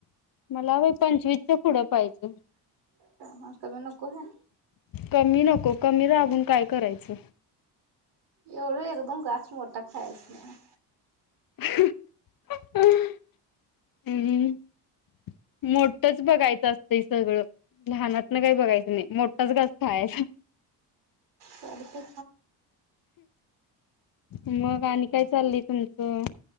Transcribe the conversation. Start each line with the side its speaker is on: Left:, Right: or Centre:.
Left: मला व्हय पंचवीच्या पुढं पाहिजे.
Right: हा का म नको होय.
Left: कमी नको कमी राबून काय करायचं.
Right: एवढं एकदम घास मोठा खायच नाही.
Left: हू, मोठच बगायच आसतंय सगळं, लाहानातन काय बगायचं नाही मोठाच घास खायाचा.
Right: काय दुखतंय?
Left: मग आणि काय चालली तुमचं?